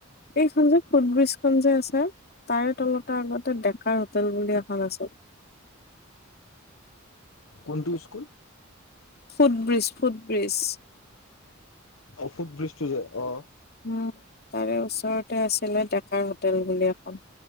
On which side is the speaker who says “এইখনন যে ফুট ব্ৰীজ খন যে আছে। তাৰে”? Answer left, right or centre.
Left